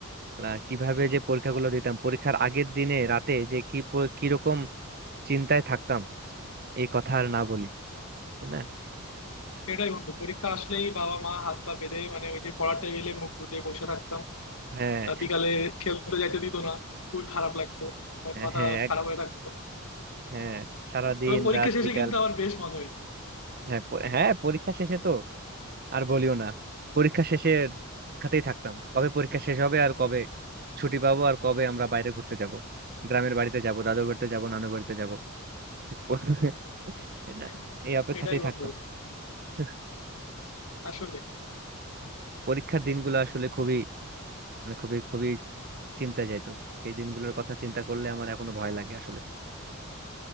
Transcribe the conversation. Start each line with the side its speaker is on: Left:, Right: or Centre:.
Right: আহ, কিভাবে যে পরীক্ষাগুলো দিতাম পরীক্ষার আগের দিনে রাতে যে কি প- কিরকম চিন্তায় থাকতাম এই কথা আর না বলি তাই না
Left: সেটাই বন্ধু পরীক্ষা আসলেই বাবা মা হাত পা বেঁধে মানে ওই যে পড়ার টেবিলে মুখ গুজে বসে থাকতাম
Right: হ্যাঁ
Left: আহ, বিকালে খেলতে যাইতে দিত না খুবই খারাপ লাগতো মন মাথা
Right: হ্যাঁ
Left: খারাপ হয়ে থাকতো
Right: হ্যাঁ সারাদিন
Left: তবে পরীক্ষা
Right: রাত
Left: শেষে
Right: বিকাল
Left: কিন্তু আবার বেশ মজা হইতো
Right: হ্যাঁ প- হ্যাঁ পরীক্ষা শেষে তো আর বলিও না পরীক্ষা শেষের খাতেই থাকতাম কবে পরীক্ষা শেষ হবে আর কবে ছুটি পাবো আর কবে আমরা বাইরে ঘুরতে যাব গ্রামের বাড়িতে যাব দাদু বাড়িতে যাব নানু বাড়িতে যাব <laughs>
Left: <laughs>
Right: এই অপেক্ষাতেই
Left: সেটাই বন্ধু
Right: থাকতাম <laughs>
Left: আসলে
Right: পরীক্ষার দিনগুলো আসলে খুবই মানে খুবই খুবই চিন্তা যাইতো সেই দিনগুলোর কথা চিন্তা করলে আমার এখনো ভয় লাগে আসলে